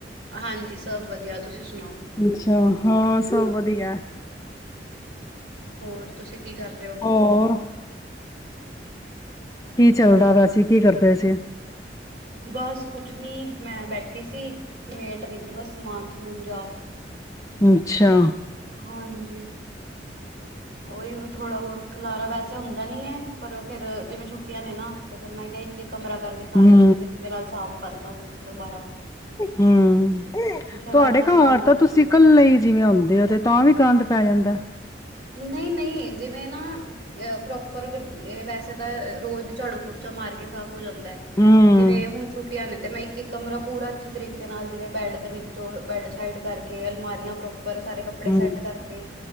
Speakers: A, on the right; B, on the left.
A: ਹਾਂਜੀ, ਸਭ ਵਧੀਆ ਤੁਸੀਂ ਸੁ
B: ਅੱਛਾ ਹਾਂ ਸਭ ਵਧੀਆ ਹੈ
A: ਹੋਰ ਤੁਸੀਂ ਕੀ ਕਰ ਰਹੇ ਹੁਣ
B: ਹੋਰ ਕੀ ਚੱਲਦਾ ਵੈਸੇ ਕੀ ਕਰਦੇ ਸੀ
A: ਬਸ ਕੁਛ ਨਹੀ ਮੈਂ ਬੈਠੀ ਸੀ ਸਮੇਟ ਰਹੀ ਸੀ ਬਸ ਸਮਾਨ ਸੁਮੁਨ ਜਿਹਾ
B: ਅੱਛਾ
A: ਹਾਂਜੀ। ਉਹੀ ਥੋੜਾ ਬਹੁਤ ਖਿਲਾਰਾ ਵੈਸੇ ਹੁੰਦਾ ਨਹੀਂ ਹੈ ਪਰ ਫੇਰ ਜਿਵੇਂ ਛੁੱਟੀਆਂ ਨੇ ਨਾ ਤੇ ਫਿਰ ਮੈਂ ਕਿਹਾ ਇਕ ਕਮਰਾ ਕਰਕੇ ਸਾਰਾ
B: ਹੂੰ
A: ਅੱਛੇ ਤਰੀਕੇ ਨਾਲ ਸਾਫ਼ ਕਰਦਾ ਦੁਬਾਰਾ
B: ਹਮ
A: ਫਿਰ
B: ਤੁਹਾਡੇ
A: ਬਾਅਦ ਚ
B: ਘਰ
A: ਟਾਈਮ
B: ਤਾਂ
A: ਲੱਗਦਾ
B: ਤੁਸੀਂ
A: ਨੀ।
B: ਕੱਲੇ ਹੀ ਜਿਵੇਂ ਹੋਂਦੇ ਹੋ ਤੇ ਤਾਂ ਵੀ ਗੰਦ ਪੈ ਜਾਂਦਾ
A: ਨਹੀਂ ਨਹੀਂ ਜਿਵੇਂ ਨਾ ਅ ਪ੍ਰੋਪਰ ਕਰ ਇਹ ਵੈਸੇ ਤਾਂ ਰੋਜ਼ ਝਾੜੂ ਪੋਚਾ ਮਾਰ ਕੇ ਸਾਫ਼ ਹੋ ਜਾਂਦਾ ਹੈ
B: ਹੂੰ
A: ਜਿਵੇਂ ਹੁਣ ਛੁੱਟੀਆਂ ਨੇ ਤੇ ਮੈਂ ਇੱਕ ਇੱਕ ਕਮਰਾ ਪੂਰਾ ਅੱਛੇ ਤਰੀਕੇ ਨਾਲ ਜਿਵੇਂ ਬੈੱਡ ਦੇ ਨੋਂ ਬੈਡ ਸਾਈਡ ਕਰਕੇ ਅਲਮਾਰੀ ਪ੍ਰੋਪਰ ਸਾਰੇ ਕੱਪੜੇ
B: ਹੂੰ
A: ਸੈਟ ਕਰਕੇ